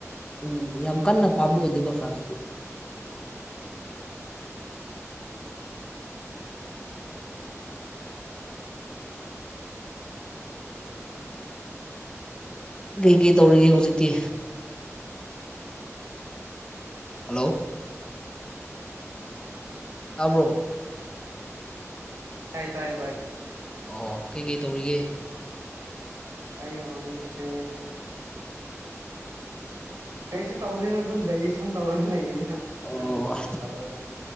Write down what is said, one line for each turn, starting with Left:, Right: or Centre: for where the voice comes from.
Left: ꯎꯝ ꯌꯥꯝ ꯀꯟꯅ ꯄꯥꯝꯕ ꯑꯣꯏꯗꯦꯕ ꯐ꯭ꯔꯥꯟꯁꯇꯤ <inaudible> <inaudible> ꯀꯩ ꯀꯩ ꯇꯧꯔꯤꯒꯦ ꯍꯧꯖꯤꯛꯇꯤ ꯍꯜꯂꯣ ꯇꯥꯕ꯭ꯔꯣ
Right: ꯇꯥꯏ ꯇꯥꯏꯌꯦ ꯚꯥꯏ
Left: ꯑꯣ ꯀꯩꯀꯩ ꯇꯧꯔꯤꯒꯦ
Right: ꯑꯩ ꯍꯧꯖꯤꯛꯁꯦ
Left: <inaudible>
Right: ꯀꯩꯁꯨ ꯇꯧꯗꯣꯏꯅꯣ ꯑꯗꯨꯝ ꯗꯥꯏꯖꯦꯁꯟ ꯇꯧꯔꯒ ꯂꯩꯅꯦ
Left: ꯑꯣ
Right: ꯅꯪꯕꯨ ꯐꯣꯟ ꯇꯧꯔꯒ